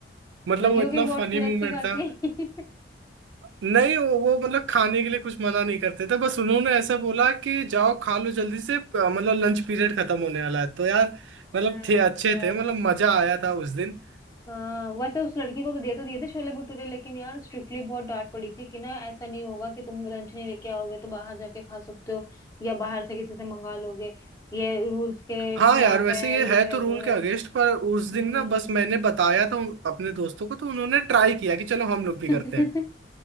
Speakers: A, on the right (about 85°); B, on the left (about 20°).
A: मतलब
B: लगी
A: वो
B: होगी
A: इतना
B: वोट
A: फनी
B: फिर अच्छी
A: मूवमेंट
B: खासी
A: था
B: <laughs>
A: नहीं वो वो मतलब खाने के लिए कुछ मना नहीं करते थे बस उन्होंने ऐसा बोला कि जाओ खा लो जल्दी से प- मतलब लंच पीरियड खत्म होने वाला है तो यार मतलब
B: अच्छा
A: थे अच्छे थे मतलब मजा आया था उस दिन
B: हाँ वैसे उस लड़की को तो दे तो दिए थे छोले भटूरे लेकिन यार स्ट्रिक्टली बहुत डांट पड़ी थी कि ना ऐसा नहीं होगा कि तुम लंच नहीं लेके आओगे तो बाहर जाके खा सकते हो या बाहर से किसी से मंगा लोगे ये रूल्स के
A: हाँ
B: खिलाफ
A: यार वैसे
B: है
A: ये
B: ये
A: है तो
B: है वो
A: रूल
B: है
A: के अगेंस्ट पर उस दिन
B: हम्म
A: ना बस मैंने बताया था उन- अपने दोस्तों को तो उन्होंने ट्राई किया कि चलो हम लोग भी
B: <laughs>
A: करते हैं